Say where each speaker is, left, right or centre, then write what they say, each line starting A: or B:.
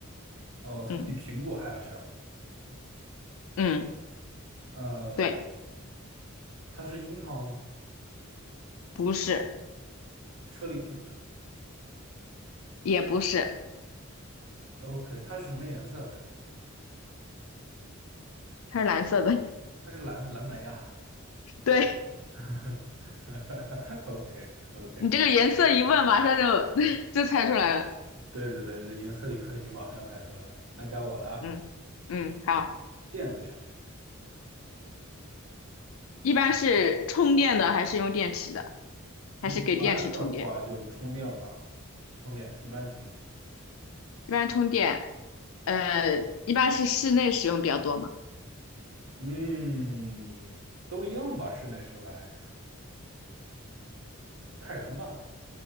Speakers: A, on the right; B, on the left.
A: 哦，它比苹果还要小，
B: 嗯嗯，
A: 呃，
B: 对，
A: 它是樱桃吗？
B: 不是，
A: 车厘子。
B: 也不是，
A: OK，它是什么颜色的？
B: 它是蓝色的，
A: 它是蓝蓝莓啊。
B: <laughs> 对，
A: <laughs> OK OK，
B: 你这个颜色一问，马上就 <laughs> 就猜出来了。
A: 对对对，这颜色一问你马上猜出来了。那该我了啊，
B: 嗯嗯，好，
A: 电子产品，
B: 一般是充电的还是用电池的，还是给电池充电？
A: 一般的话就充电吧，充电一般充电，
B: 一般充电，呃，一般是室内使用比较多嘛。
A: 嗯，都一样吧，室内室外看人吧。